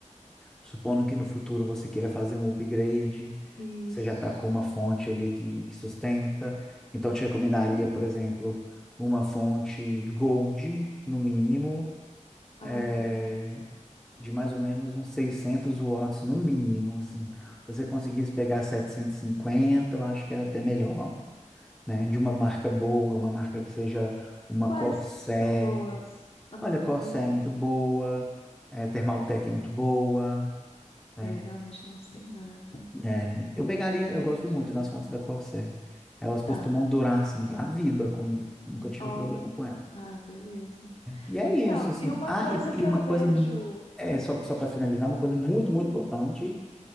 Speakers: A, in the centre; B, on the left.
A: supondo que no futuro você queira fazer um upgrade,
B: isso.
A: você já está com uma fonte ali que, que sustenta. Então, eu te recomendaria,
B: Uhum.
A: por exemplo, uma fonte Gold, no mínimo,
B: Ah,
A: é,
B: tá.
A: de mais ou menos uns 600 watts, no mínimo, assim. Se
B: Cu-
A: você conseguisse pegar 750, eu acho que era até melhor, né? De uma marca boa, uma marca que seja uma
B: Quais
A: Corsair,
B: que são boas? Hum,
A: Olha, Corsé é muito boa, é, Thermaltec é muito boa, né?
B: é, eu realmente não sei nada.
A: É, eu pegaria, eu
B: Entendi.
A: gosto muito das fontes da Corsé. Elas costumam
B: Tá.
A: durar, assim, pra vida comigo. Nunca tive
B: Ó,
A: problema com elas.
B: ah, beleza.
A: E é
B: Então,
A: isso, assim.
B: e uma
A: Ah,
B: coisa
A: e,
B: que
A: e uma
B: eu vejo.
A: coisa, é, só, só para finalizar, uma coisa muito,
B: Hum,
A: muito importante,